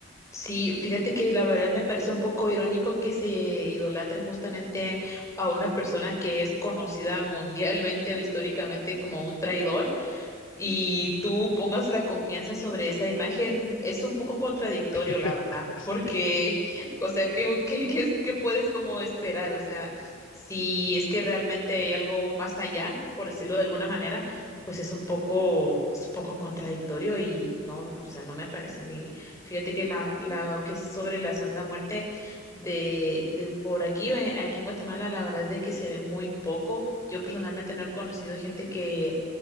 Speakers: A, on the left; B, on the left.
A: Sí, fíjate que la verdad me parece un poco irónico que se idolatre justamente a una persona que es conocida mundialmente o históricamente como un traidor y tú pongas la confianza sobre esa imagen, es un poco contradictorio,
B: <laughs>
A: la verdad,
B: Sí.
A: porque, <laughs> o sea, ¿qué, qué, qué es- qué puedes como esperar? O sea, si es que realmente hay algo más allá, por decirlo de alguna manera,
B: Ujú,
A: pues es un poco, es un poco contradictorio y no, no, o sea, no me parece a mí. Fíjate que la, la- que es sobre la Santa Muerte de, de por aquí, eh, aquí en Guatemala, la verdad es de que se ve muy poco. Yo personalmente no he conocido gente que